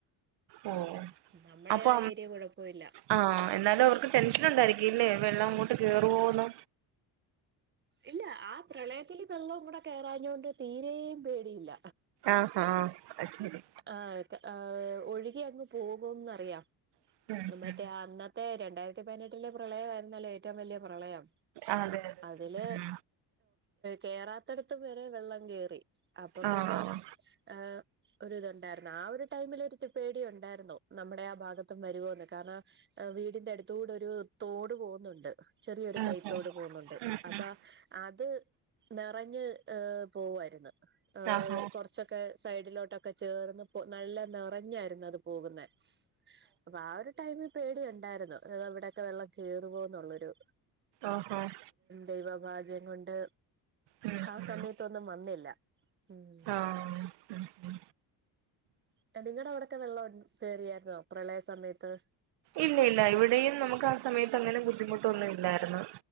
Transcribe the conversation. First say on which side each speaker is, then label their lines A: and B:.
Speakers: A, on the right; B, on the right.
A: ഓ
B: ഉം നമ്മടെ
A: അപ്പൊ
B: ആ ഏരിയ കുഴപ്പല്ല
A: ആഹ് എന്നാലും അവർക്ക് ടെൻഷൻ ഉണ്ടായിരിക്കുംല്ലേ വെള്ളം അങ്ങോട്ട് കേറുവോന്ന്
B: ഇല്ല ആ പ്രളയത്തില് വെള്ളവും കൂടെ കേറാഞ്ഞോണ്ട് തീരേയും പേടിയില്ല
A: ആഹാ അത് ശരി
B: ആഹ് ആഹ് ഒഴുകി അങ്ങ് പോകുന്നറിയാം
A: ഉം
B: മറ്റേ
A: ഉം
B: അന്നത്തെ രണ്ടായിരത്തി പതിനെട്ടിലെ പ്രളയമായിരുന്നല്ലോ ഏറ്റവും വലിയ പ്രളയം
A: ആഹ് അതെ അതെ
B: അതില് കേറാത്തിടത്തും വരെ വെള്ളം കേറി അപ്പൊ
A: ഉം ആഹ്
B: പിന്നെ ആഹ് ഒര് ഇതുണ്ടായിരുന്നു ആ ഒരു ടൈമിൽ ഒരു പേടി ഉണ്ടായിരുന്നു നമ്മുടെ ആ ഭാഗത്തും വരുവോന്ന് കാരണം വീടിന്റെ അടുത്തുടെ ഒരു തോട് പോകുന്നുണ്ട് ചെറിയൊരു
A: ഉം
B: കൈത്തോട്
A: ഉം
B: പോകുന്നുണ്ട്
A: ഉം
B: അപ്പൊ
A: ഉം
B: അത് നിറഞ്ഞ് പോവുവാരുന്നു ഏഹ്
A: ആഹാ
B: കുറ ച്ചക്കെ സൈഡിലോട്ടൊക്കെ ചേർന്ന് നല്ല നിറഞ്ഞായിരുന്നു അത് പോകുന്ന അപ്പൊ ആ ഒരുത് ടൈമിൽ പേടിയുണ്ടായിരുന്നു ഇവിടെയൊക്കെ വെള്ളം കേറുമോ എന്നുള്ളൊരു
A: ആഹ് ആഹ്
B: ദൈവഭാഗ്യം കൊണ്ട്
A: ഉം
B: ആ
A: ഉം
B: സമയത്തൊന്നും വന്നില്ല ഉം
A: ആഹ് ഉം ഉം
B: അ നിങ്ങടെ അവടൊക്കെ വെള്ളം കേറിയായിരുന്നോ പ്രളയ സമയത്ത്
A: ഇല്ലല്ല ഇവിടെയും നമുക്കാ സമയത്ത് അങ്ങനെ ബുദ്ധിമുട്ടൊന്നുല്ലാര്ന്നു